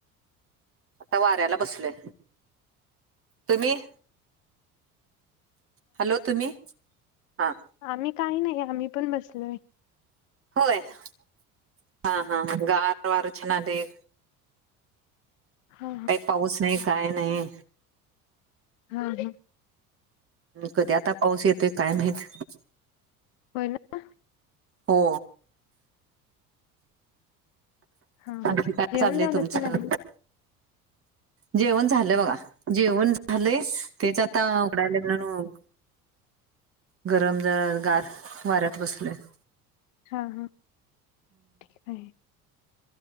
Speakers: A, on the right; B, on the left.
A: आंता वाऱ्यांला बसलंय तुम्हीं हॅलो तुम्हीचं हां
B: आम्हीं कांहीं नाहीं आम्हीं पणं बसलोय
A: होयं
B: हा
A: हां हां हां गांर वारं पणं छान आलं आहे
B: हा
A: कांहीं पाऊस नाहीं कायं नाहीं
B: हां हंम हम्मं
A: कधीं आंता पाऊस येतोय कायं माहीत
B: पणं अं
A: हो
B: हा हा
A: आंणखी कायं
B: जेवण
A: चाललंय
B: झालं
A: तुमचं
B: की नाही?
A: जेवणं झालं बघां जेवणं झालेय तेचं आंता उघडांयला म्हणूंन गरमं गांर वाऱ्यांत बसलो आहे
B: हां हां ठीक आहे